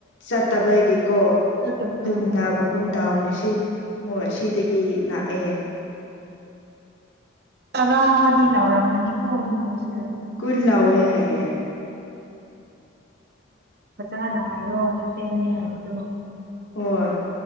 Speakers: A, on the left (about 70°); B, on the right (about 50°).
A: ꯆꯠꯇꯕꯒꯦꯀꯣ
B: ꯆꯠꯇꯕ
A: ꯑꯗꯨꯝ
B: ꯍꯣꯏ
A: ꯥꯛꯄꯒꯨꯝ
B: ꯑꯗꯨ ꯑꯣꯏꯔꯅꯤ
A: ꯇꯥꯎꯅꯦ ꯁꯤ ꯍꯣꯏ ꯁꯤꯗꯒꯤ ꯂꯥꯛꯑꯦ
B: ꯇꯔꯥꯗꯤ ꯂꯥꯎꯔꯝꯕꯅꯤꯀꯣ ꯃꯣꯗꯤꯁꯦ
A: ꯀꯨꯜ ꯂꯑꯣꯦ ꯌꯥꯌꯦꯦ
B: ꯐꯖꯥꯅ ꯍꯥꯏꯔꯣ ꯁꯤꯗꯦꯅꯦ ꯍꯥꯏꯕꯗꯣ
A: ꯍꯣꯏ